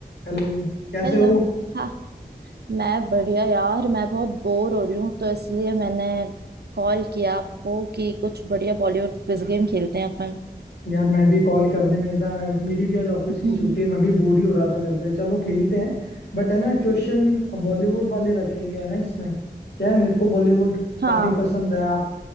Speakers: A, on the left; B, on the right.
A: Hello कैसे
B: Hello
A: हो
B: हाँ मैं बढ़िया यार मैं बहुत बोर हो रही हूँ तो इसलिए मैंने कॉल किया आपको कि कुछ बढ़िया बॉलीवुड क्विज गेम खेलते हैं अपन
A: यार मैं भी कॉल करने में ही था मैं मेरी भी आज ऑफिस
B: <laughs>
A: की
B: हम्म,
A: छुट्टी
B: हम्म,
A: है मैं भी बोर ही हो रहा था घर पे चलो खेलते हैं बट है ना क्वेश्चन बॉलीवुड वाले रखेंगे है ना इसमें क्या है मेरे को बॉलीवुड
B: हाँ
A: काफी पसंद है आप